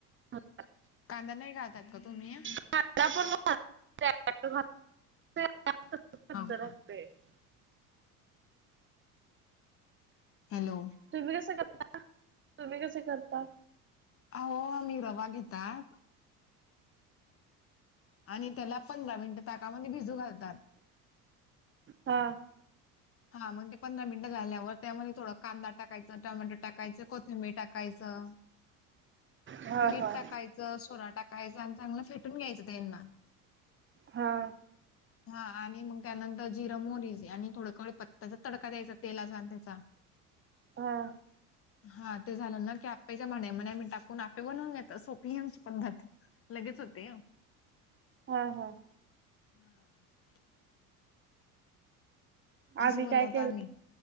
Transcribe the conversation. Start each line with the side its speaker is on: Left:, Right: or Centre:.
Right: <unintelligible>
Left: कांदा नाही घालतात का तुम्ही?
Right: <unintelligible>
Left: हो का हॅलो.
Right: तुम्ही कस करता, तुम्ही कस करता?
Left: आहो रवा आम्ही घेतात. आणि त्याला पंधरा मिनिटं ताकामध्ये भिजू घालतात.
Right: हा.
Left: हा, म्हणजे पंधरा मिनिटं झाल्यावर त्यामध्ये थोडा कांदा टाकायचं, टोमॅटो टाकायचं, कोथिंबीर टाकायचं,
Right: हा हा
Left: मीठ टाकायचं. सोरा टाकायचं आणि चांगलं फेटून घ्यायचं त्यांना.
Right: हा.
Left: हा आणि मग त्यानंतर जिर-मोहरीचे आणि थोडं कडीपत्त्याचा तडका द्यायचा तेलाचा अन त्याचा
Right: हा.
Left: हा, ते झालं ना की आपेच्या भांड्यामध्ये म्हणे आम्ही टाकून आपे बनवून घेतो. सोपी आहे आमची पद्धत. लगेच होते.
Right: हा-हा.
Left: हा. अशी
Right: आम्ही
Left: बनवतो
Right: काय केलंतं,
Left: आम्ही